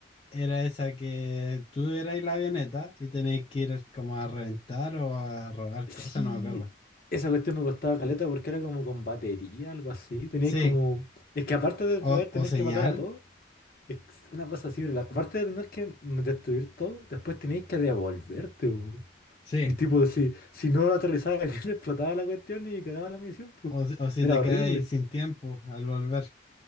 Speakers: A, on the left (about 30°); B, on the left (about 50°).
A: era esa que tú erais la avioneta y tenéis que ir como a reventar o a robar
B: Sí,
A: cosas, no me acuerdo.
B: esa cuestión me costaba caleta porque era como con batería, algo así. Tenías
A: Sí.
B: como. Es que aparte de poder
A: O,
B: tener
A: o señal,
B: que matar a todos, es una cosa así, pero la- aparte de tener que destruir todo, después tenías que devolverte, po.
A: sí.
B: Y tipo, si, si no aterrizaba bien, <laughs> explotaba la cuestión y cagaba la misión, po.
A: O, si- o si
B: Era
A: te
B: horrible.
A: quedas sin tiempo al volver.